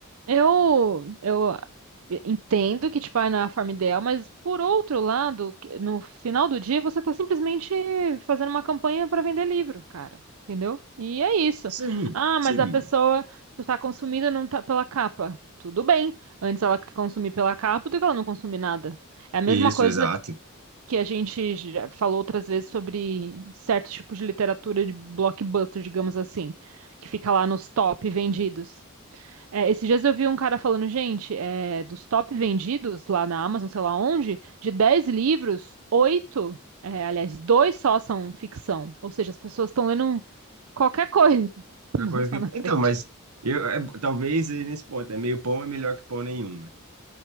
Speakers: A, on the right; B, on the right.
A: eu, eu entendo que, tipo, ah, não é a forma ideal, mas por outro lado, que- no final do dia, você tá simplesmente fazendo uma campanha para vender livro, cara. Entendeu? E é isso.
B: Sim,
A: Ah, mas
B: sim.
A: a pessoa tá consumida não tá pela capa. Tudo bem. Antes ela consumir pela capa do que ela não consumir nada. É a mesma
B: Isso,
A: coisa
B: exato.
A: que a gente já falou outras vezes sobre certos tipos de literatura de blockbuster, digamos assim, que fica lá nos top vendidos. É, esses dias eu vi um cara falando, gente, é, dos top vendidos lá na Amazon, sei lá onde, de 10 livros, 8, é, aliás, dois só são ficção. Ou seja, as pessoas estão lendo qualquer coisa <laughs>
B: É Uma coisa que...
A: lá na frente.
B: Então, mas eu, é, talvez aí nesse ponto, é meio pão é melhor que pão nenhum, né?